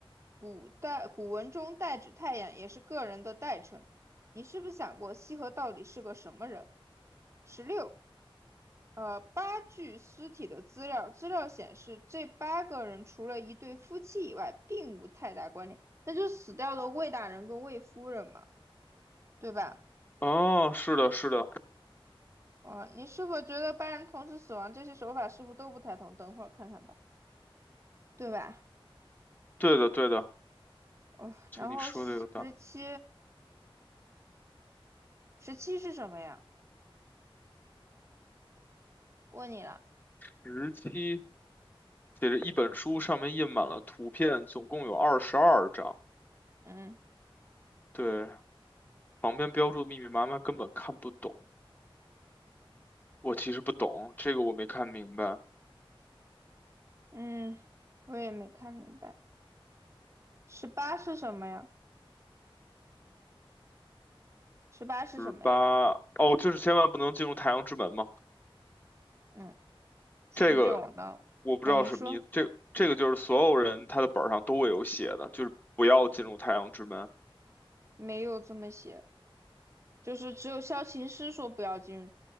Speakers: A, on the right (about 30°); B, on the left (about 20°).
A: 古代古文中代指太阳，也是个人的代称。你是不是想过羲和到底是个什么人？十六，呃，八具尸体的资料，资料显示这八个人除了一对夫妻以外，并无太大关联。那就死掉的魏大人跟魏夫人嘛，对吧？
B: 哦，是的，是的，
A: 哦，呃你是否觉得八人同时死亡这些手法似乎都不太同？等会儿看看吧，对吧？
B: 对的，对的，
A: 哦，
B: 就你说的有道理。
A: 然后十七，十七是什么呀？问你了，
B: 十七写着一本书，上面印满了图片，总共有二十二张，
A: 嗯
B: 对，旁边标注的密密麻麻，根本看不懂。我其实不懂，这个我没看明白。
A: 嗯，我也没看明白。十八是什么呀？十八是什么呀？
B: 十八，哦，就是千万不能进入太阳之门嘛。
A: 嗯，十九呢？
B: 这个我不知道什么意思，
A: 嗯，你说
B: 这这个就是所有人他的本儿上都会有写的，就是不要进入太阳之门。
A: 没有这么写。就是只有萧琴师说不要进入